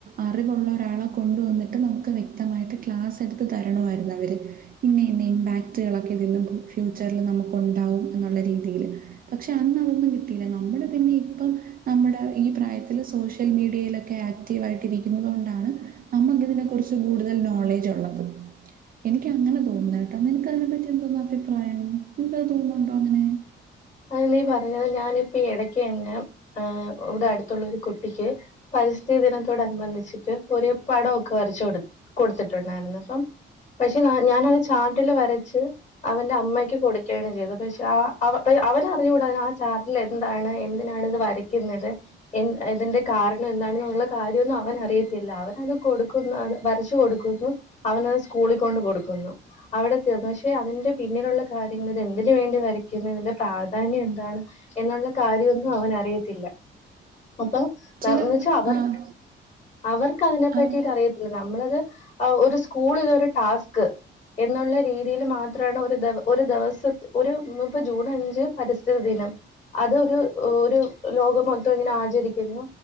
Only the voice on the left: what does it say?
അ നീ പറഞ്ഞത് ഞാനിപ്പ ഇടക്ക് അന്നെ ഏ ഇവിടെ അടുത്ത് ഒള്ള ഒരു കുട്ടിക്ക് പരിസ്ഥിതി ദിനത്തോട് അനുബന്ധിച്ചിട്ട് ഒരേ പടം ഒക്കെ വരച്ച് കൊ കൊടുത്തിട്ട് ഉണ്ടായിരുന്നു. അപ്പം പക്ഷേ ഞാ ഞാന് ഒരു ചാർട്ടില് വരച്ച് അവന്റെ അമ്മയ്ക്ക് കൊടുക്കേണ് ചെയ്തത്. പക്ഷേ ആ അവ അവന് അറിഞ്ഞു കൂടാ ആ ചാർട്ടിൽ എന്താണ് എന്തിനാണ് ഇത് വരയ്ക്കുന്നത്. എ ഇതിന്റെ കാരണം എന്താണ് എന്ന് ഒള്ള കാര്യൊന്നും അവന് അറിയത്തില്ല അവനത് കൊടുക്കുന്നു. അത് വരച്ചു കൊടുക്കുന്നു അവനത് സ്കൂളിൽ കൊണ്ട് കൊടുക്കുന്നു. അവിടെ തീർന്നു പക്ഷേ അതിന്റെ പിന്നില് ഒള്ള കാര്യങ്ങള് എ എന്തിന് വേണ്ടി വരയ്ക്കുന്നേ ഇതിന്റെ പ്രാധാന്യം എന്താണ് എന്ന് ഒള്ള കാര്യം ഒന്നും അവന് അറിയത്തില്ല. അപ്പൊ
എന്ന് വെച്ചാ അവർക്ക്
അവർക്ക് അതിനെ പറ്റിട്ട്
അറിയത്തില്ല. നമ്മളത് ഒരു സ്കൂളില് ഒരു ടാസ്ക് എന്ന് ഒള്ളേ രീതിയിൽ മാത്രാണ് ഒരു ദെ ഒരു ദെവസത്തെ ഒരു ഇപ്പൊ ജൂൺ അഞ്ച് പരിസ്ഥിതി ദിനം. അത് ഒരു ഒരു ലോകം മൊത്തം ഇങ്ങനെ ആചരിക്കുന്നു.